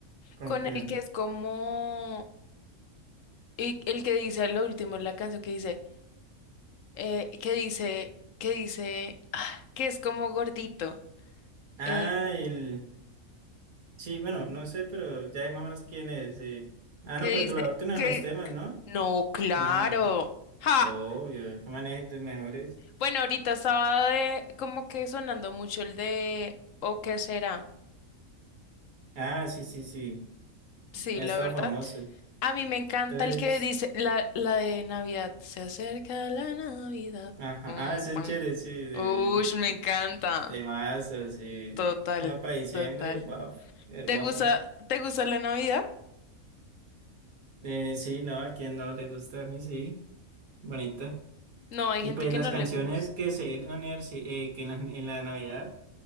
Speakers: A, on the right; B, on the left.
A: con
B: Con
A: quién.
B: el que es como y el que dice lo último, en la canción que dice, eh, que dice, que dice, ah, que es como gordito,
A: Ah,
B: eh,
A: el... Sí, bueno, no sé, pero ya hay más o menos quién es. sí. Ah,
B: que
A: no, pero
B: dice,
A: Trovador tiene
B: que
A: unos temas, ¿no?
B: No, claro.
A: Imagino.
B: ¡Ja!
A: Obvio, que manejen de mejores.
B: Bueno, ahorita estaba de, como que sonando mucho el de ¿O qué será?
A: Ah, sí, sí, sí.
B: Sí,
A: Ha
B: la
A: estado
B: verdad.
A: famoso.
B: A mí me encanta
A: Entonces,
B: el que dice la, la de Navidad. Se acerca la Navidad.
A: ajá.
B: Mm,
A: Ah, ese
B: pan.
A: es chévere, sí, de,
B: Ush, me encanta.
A: de mazo, sí.
B: Total,
A: Ah, para diciembre,
B: total.
A: baf, hermoso.
B: ¿Te gusta, te gusta la Navidad?
A: Eh, sí, no, a quien no le gusta a mí, sí. Bonita.
B: No, hay
A: Y
B: gente
A: pues
B: que
A: las
B: no
A: canciones
B: le gusta.
A: que se vienen a unir, sí, eh, que en la, en la Navidad.